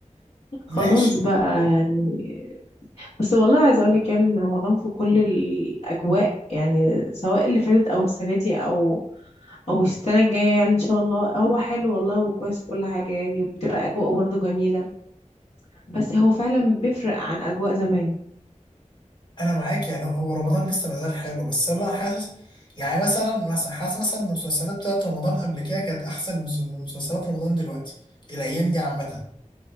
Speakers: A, on the left; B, on the left.
A: ماشي
B: خلاص بقى يعني بس والله عايزة اقولك يعني ان رمضان في كل الاجواء يعني سواء اللي فاتت او السنة دي او او السنة الجاية يعني ان شاء الله هو حلو والله وكويس كل حاجة يعني وبتبقى اجواء برضه جميلة بس هو فعلا بيفرق عن اجواء زمان
A: انا معاك يعني هو رمضان لسه مازال حلو بس انا حاسس يعني مثلا مثلا حاسس مثلا ان المسلسلات بتاعت رمضان قبل كده كانت احسن مس- من مسلسلات رمضان دلوقتي الايام دي عامه